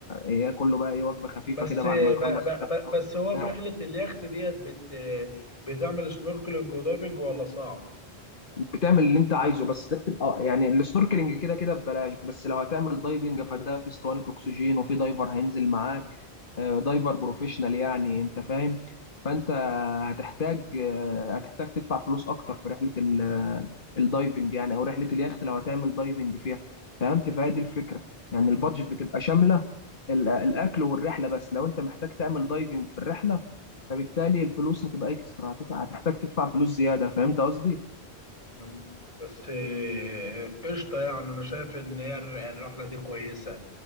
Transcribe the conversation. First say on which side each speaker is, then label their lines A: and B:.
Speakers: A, on the left; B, on the left.
A: ياكل له بقى ايه وجبه خفيفه
B: بس
A: كده بعد
B: ب
A: ما يخلص
B: ب
A: الرحله
B: ب بس هو
A: وبتاع.
B: في رحلة اليخت ديت بت بتعمل سنوركلينج ودايفنج ولا صعب؟
A: بتعمل اللي انت عايزه بس ده بتبقى آه، يعني السنوركلينج كده كده ببلاش بس لو هتعمل دايفنج فده في اسطوانه اكسجين وفي دايفر هينزل معاك آه، دايفر بروفيشنال يعني انت فاهم فانت هتحتاج آه، هتحتاج تدفع فلوس اكتر في رحله ال- آه، الدايفنج يعني او رحله اليخت لو هتعمل دايفنج فيها فهمت فهي دي الفكره يعني البادجت بتبقى شامله ال- آه، الاكل والرحله بس لو انت محتاج تعمل دايفنج في الرحله فبالتالي الفلوس هتبقى اكسترا هتت- هتحتاج تدفع فلوس زياده فهمت قصدي
B: مم. بس آه، قشطة يعني أنا شايف إن هي الر- الرحلة دي كويسة